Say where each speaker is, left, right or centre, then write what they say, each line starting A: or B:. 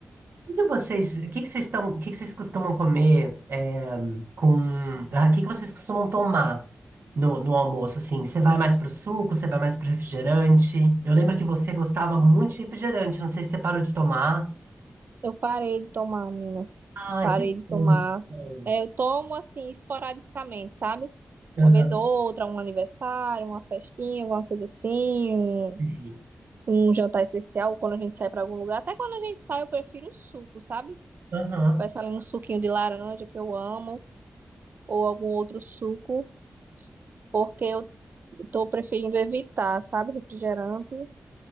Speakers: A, on the right (about 80°); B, on the right (about 55°).
A: que que vocês, o que que vocês estão, o que que vocês costumam comer é, com, ah, o que que vocês costumam tomar no, no almoço, assim? Você vai mais pro suco, você vai mais pro refrigerante? Eu lembro que você gostava muito de refrigerante, não sei se você parou de tomar.
B: Eu parei de tomar, menina.
A: Ai,
B: Parei
A: que
B: de tomar.
A: bom. bom.
B: É, eu tomo assim, esporadicamente, sabe?
A: Aham.
B: Uma vez ou outra, um aniversário, uma festinha, alguma coisa assim, um,
A: Sim.
B: um jantar especial, quando a gente sai pra algum lugar. Até quando a gente sai, eu prefiro o suco, sabe?
A: Aham.
B: Peço ali um suquinho de laranja que eu amo. ou algum outro suco, porque eu tô preferindo evitar, sabe, refrigerante.